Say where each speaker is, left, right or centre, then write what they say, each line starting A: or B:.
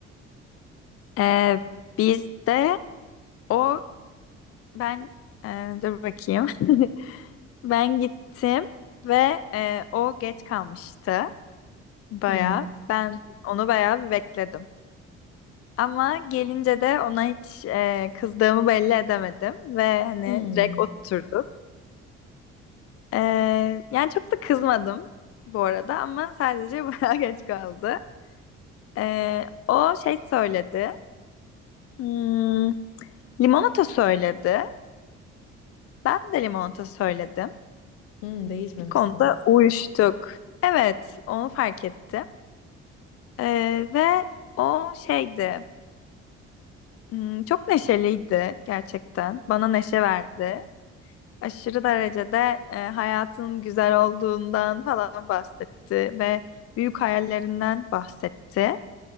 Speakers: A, on the left; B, on the left.
A: Ee, biz de o ben e, dur bakayım. <laughs> Ben gittim ve e, o geç kalmıştı. Bayağı.
B: Hmm.
A: Ben onu bayağı bir bekledim. Ama gelince de ona hiç e, kızdığımı belli edemedim ve hani
B: Hmm.
A: direkt oturduk. E, yani çok da kızmadım bu arada ama sadece <laughs> bayağı geç kaldı. E, o şey söyledi. Hmm, limonata söyledi. Ben de limonata söyledim.
B: Hmm. Değişmemişsiniz.
A: Bir konuda uyuştuk. Evet, onu fark ettim. E, ve o şeydi. hmm, çok neşeliydi gerçekten. Bana neşe verdi. aşırı derecede e, hayatın güzel olduğundan falan bahsetti ve büyük hayallerinden bahsetti.